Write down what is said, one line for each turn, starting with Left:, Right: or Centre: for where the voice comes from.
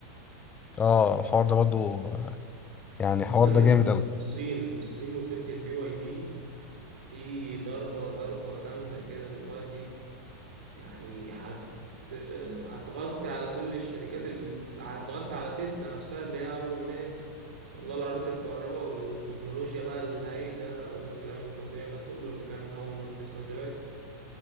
Left: اه الحوار ده برضو آه، يعني الحوار
Right: خصوصا ال-
Left: ده جامد قوي
Right: الصين الصين وشركة بي واي دي دي ضربة ضربة جامدة كده دلوقتي يعني هت هتغطي على كل الشركات اللي هتغطي على تسلا نفسها اللي هي أول ناس تطلع العربيات الكهرباء والتكنولوجيا بقى الهايلة والكلام الفظيع ده كله اللي كان أول ما تسلا طلعت